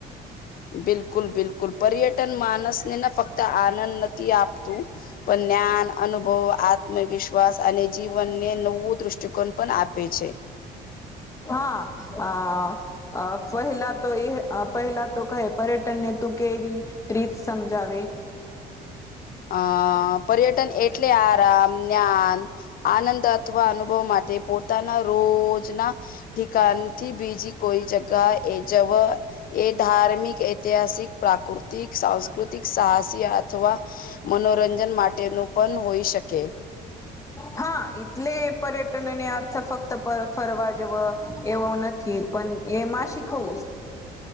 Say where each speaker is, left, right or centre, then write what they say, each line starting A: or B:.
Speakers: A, on the left (about 60°); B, on the left (about 20°).
A: બિલકુલ બિલકુલ. પર્યટન માણસને ના ફક્ત આનંદ તી આપતું પણ જ્ઞાન અનુભવ, આત્મવિશ્વાસ અને જીવનને નવું દ્રષ્ટિકોણ પણ આપે છે. <inaudible>
B: હા અ અ પહેલા તો એ પહેલા તો કહે પર્યટનને તું કેવી રીત સમજાવે.
A: અ પર્યટન એટલે આરામ, જ્ઞાન આનંદ અથવા અનુભવ માટે પોતાના રોજના ઠિકાન થી બીજી કોઈ જગા એ જવ એ ધાર્મિક એ ઐતિહાસિક, પ્રાકૃતિક, સાંસ્કૃતિક, સાહસી અથવા મનોરંજન માટેનું પણ હોઈ શકે.
B: હા એટલે પર્યટનને અર્થ ફક્ત ફરવા જવો એવો નથી પણ એમાં શીખવસ